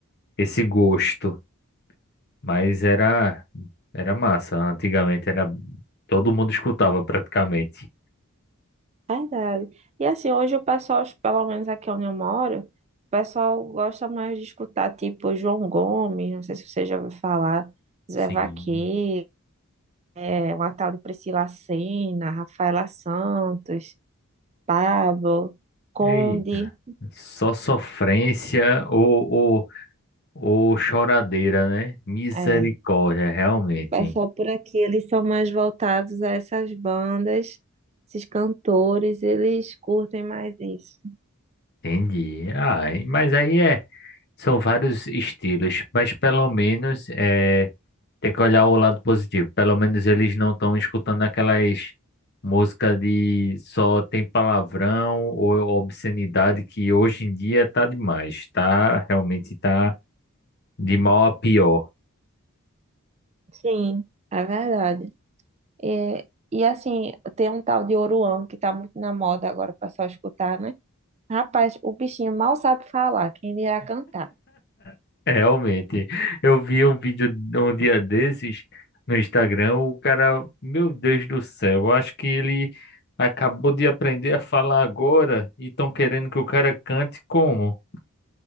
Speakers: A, on the left (about 50°); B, on the right (about 30°).
A: esse gosto. Mas era, era massa, antigamente era todo mundo escutava praticamente.
B: Verdade. E assim, hoje o pessoal, pelo menos aqui onde eu moro, o pessoal gosta mais de escutar tipo João Gomes, não sei se você já ouviu falar, Zé
A: Sim.
B: Vaqueiro, é uma tal de Priscila Sena, Rafaela Santos, Pablo, Conde.
A: Eita, só sofrência ou, ou, ou choradeira, né? Misericórdia,
B: É,
A: realmente.
B: o pessoal por aqui, eles são mais voltados a essas bandas, esses cantores, eles curtem mais isso.
A: Entendi. Ah, e- mas aí é, são vários estilos, mas pelo menos é, tem que olhar o lado positivo. Pelo menos eles não estão escutando aquelas músicas de só tem palavrão ou obscenidade que hoje em dia tá demais, tá? Realmente tá de mal a pior.
B: Sim, é verdade. É, e assim, tem um tal de Oruan que tá muito na moda agora, o pessoal escutar, né? Rapaz, o bichinho mal sabe falar, quem irá cantar?
A: <laughs> É, Realmente, eu vi um vídeo um dia desses no Instagram, o cara, meu Deus do céu, eu acho que ele acabou de aprender a falar agora e estão querendo que o cara cante como?